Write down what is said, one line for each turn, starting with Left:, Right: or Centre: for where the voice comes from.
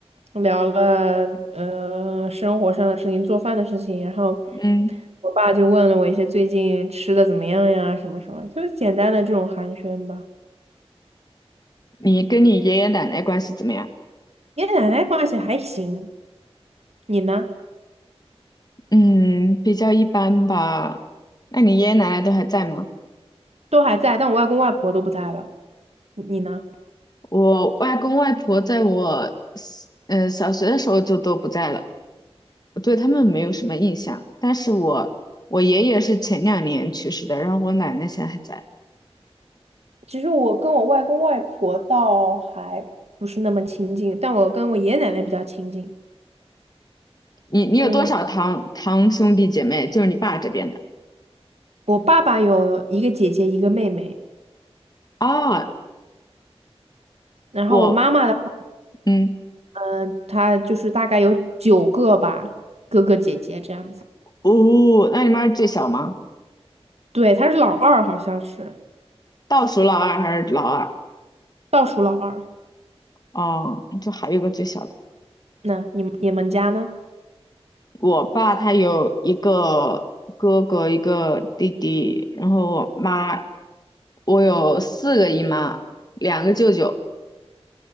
Right: 聊了呃生活上的事情，做饭的事情，然后
Left: 嗯，
Right: 我爸就问了我一些最近吃的怎么样呀，什么什么，就是简单的这种寒暄吧。
Left: 你跟你爷爷奶奶关系怎么样？
Right: 爷爷奶奶关系还行，你呢？
Left: 嗯，比较一般吧。那你爷爷奶奶都还在吗？
Right: 都还在，但我外公外婆都不在了，你你呢？
Left: 我外公外婆在我，呃，小学的时候就都不在了。我对他们没有什么印象，但是我我爷爷是前两年去世的，然后我奶奶现在还在。
Right: 其实我跟我外公外婆倒还不是那么亲近，但我跟我爷爷奶奶比较亲近。
Left: 你你有多少堂堂兄弟姐妹？
Right: 嗯，
Left: 就是你爸这边的
Right: 我爸爸有一个姐姐，一个妹妹，
Left: 啊？
Right: 然后我妈妈的话
Left: 我嗯
Right: 呢，她就是大概有九个吧，哥哥姐姐这样子。
Left: 哦，那你妈是最小吗？
Right: 对，她是老二，好像是
Left: 倒数老二还是老二？
Right: 倒数老二。
Left: 哦，就还有一个最小的。
Right: 那你们你们家呢？
Left: 我爸他有一个哥哥，一个弟弟，然后我妈，我有四个姨妈，两个舅舅，